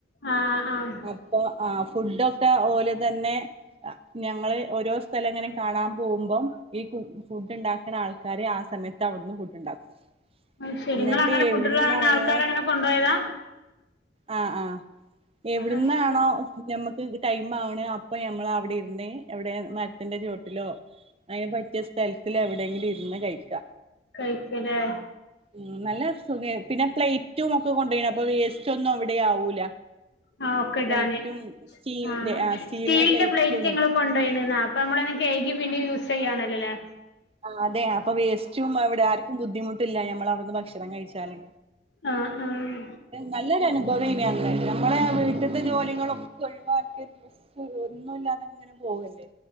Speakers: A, on the left; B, on the right.
A: ആഹ് ആഹ്
B: അപ്പോ ആഹ് ഫുഡൊക്കെ ഓല് തന്നെ ഞങ്ങള് ഓരോസ് സ്ഥലങ്ങനെ കാണാം പോകുമ്പം ഈ കു ഫുഡ് ഇണ്ടാക്ണ ആൾക്കാര് ആഹ് സമയത്ത് അവിട്ന്ന് ഫുഡ് ഉണ്ടാക്കും
A: അത് ശെരി നിങ്ങള്
B: എന്നിട്ട്
A: അങ്ങനെ ഫുഡ്ള്ളെ
B: എവിടുന്നാണോ
A: അങ്ങനെ ആൾക്കാരെങ്ങനെ കൊണ്ടോയതാ
B: ആഹ് ആഹ് എവിട്ന്നാണോ
A: അത് ശരി
B: ഞമ്മക്ക് ടൈം ആക്ണ് അപ്പൊ ഞമ്മള് അവിടെ ഇരുന്ന് എവിടെ മര് ത്തിന്റെ ചോട്ടിലോ അയ്ന് പറ്റിയ സ്ഥലത്തില് എവിടെങ്കിലും ഇര് ന്ന് കഴിക്ക
A: കഴിക്കുല്ലേ
B: ഉം നല്ല സുഖയ് പിന്നെ പ്ലേറ്റും ഒക്കെ കൊണ്ടയ്നി അപ്പൊ വേസ്റ്റ് ഒന്നും അവിടെ ആവൂല
A: ആ ആഹ് ഒക്കെടാന്
B: പ്ലേറ്റും സ്റ്റീലിന്റെ
A: ആഹ്
B: ആ
A: സ്റ്റീലിന്റെ
B: പ്ലേറ്റും
A: പ്ലേറ്റ് ഇങ്ങള് കൊണ്ടോയ്ണ് ന്നോ പ്പ നമ്മളെന്നെ കയ്കി പിന്നെയൂസയ്യാണല്ലോല്ലെ
B: ആഹ് അതെ അപ്പം വേസ്റ്റും അവിടെ ആർക്കും ബുദ്ധിമുട്ടില്ല ഞമ്മള് അവിടുന്ന് ഭക്ഷണം കഴിച്ചാല്
A: ആഹ് ആഹ്
B: നല്ലൊരു അനുഭവെനി അന്ന് നമ്മളെ വീട്ട്ത്തെ ജോലികളോക്കെ ഒഴിവാക്കെച്ച് ഒന്നുല്ലാതെങ്ങനെ പോവല്ലേ